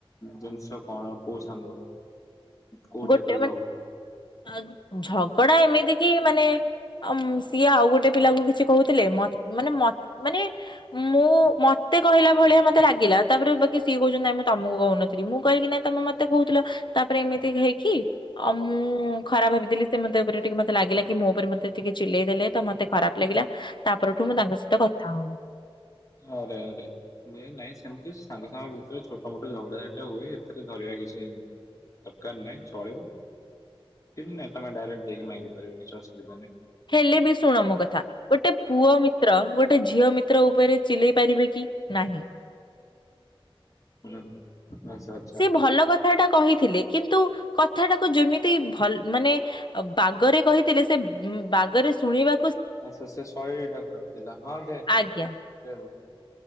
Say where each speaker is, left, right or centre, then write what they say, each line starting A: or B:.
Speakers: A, on the left (about 35°); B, on the left (about 50°).
A: ଜିନଷ କଣ କୋଉ ସାଙ୍ଗ? କୋଉ
B: ଗୋଟେ
A: ଟାଇପ ର ଝଗଡା
B: ମାନ୍ ଆଁ ଝଗଡା ଏମିତି କି ମାନେ ଆମ୍ ସିଏ ଆଉ ଗୋଟେ ପିଲାକୁ କିଛି କୋହୁଥିଲେ ମ ମାନେ ମ ମାନେ ମୁଁ ମତେ କହିଲା ଭଳିଆ ମତେ ଲାଗିଲା ତାପରେ ବାକି ସିଏ କୋହୁଚନ୍ତି ନାଇଁ ମୁଁ ତମୁକୁ କୋହୁନଥୁଲି ମୁଁ କହିଲି କି ନାଇଁ ତମେ ମ ତେ କୋହୁଥୁଲ ତାପରେ ଏମିତି ହେଇକି ଆଉ ମୁଁ ଖରାପ୍ ଭାବିଦେଲି ସେ ମତେ ଉପରେ ଟିକେ ମତେ ଲାଗିଲା କି ମୋ ଉପରେ ମତେ ଟିକେ ଚିଲେଇ ଦେଲେ। ତ ମତେ ଖରାପ ଲାଗିଲା ତା ପରଠୁ ମୁଁ ତାଙ୍କ ସହିତ କଥା ହୋଉନି।
A: ଆରେ ଆରେ ମେନ ନାଇଁ ସେମତି ସାଙ୍ଗ ସାଙ୍ଗ ଭିତରେ ଛୋଟ ମୋଟ ଝଗଡାଝାଣ୍ଟି ହୁଏ ଏଥିରେ ଧରିବା କିଛି ଦରକାର ନାଇଁ ଚଳିବ। କିନ୍ତୁ ନାଇଁ ତମେ ଡାଇରେକ୍ଟ ଦେଇକି ମାଗିପାରିବ କିଛି ଅସୁବିଧା ନାଇଁ।
B: ହେଲେ ବି ଶୁଣ ମୋ କଥା ଗୋଟେ ପୁଅ ମିତ୍ର ଗୋଟେ ଝିଅ ମିତ୍ର ଉପରେ ଚିଲେଇ ପାରିବେ କି ନାହିଁ?
A: ନାଁ। କଥା ହିସାବରେ
B: ସେ ଭଲ କଥା ଟା କହିଥିଲେ କିନ୍ତୁ କଥାଟାକୁ ଯେମିତି ଭଲ ମାନେ ବାଗରେ କହିଥିଲେ ସେ ଉଁ ବାଗରେ ଶୁଣିବା
A: ଆଛା ସେ ଶୈଳୀଟା ଖରାପ୍ ଥିଲା ହଁ ଦେ
B: ଆଜ୍ଞା
A: ଦେମ